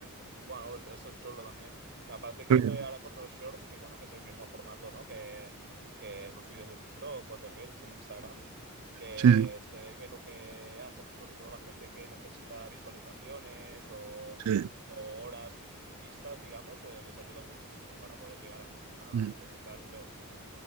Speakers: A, on the right; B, on the right.
A: Bueno, pues eso es chulo también. Y aparte creo
B: <laughs>
A: que ahora con los shorts, que bueno, que es el mismo formato, ¿no? Que, que los vídeos de TikTok o de Reels en Instagram, que
B: Sí,
A: se ve que lo que hace, sobre todo la gente que necesita visualizaciones o,
B: sí,
A: o horas vistas, digamos, eh, les ayuda muchísimo para poder llegar a, mon- a
B: sí.
A: monetizar, creo.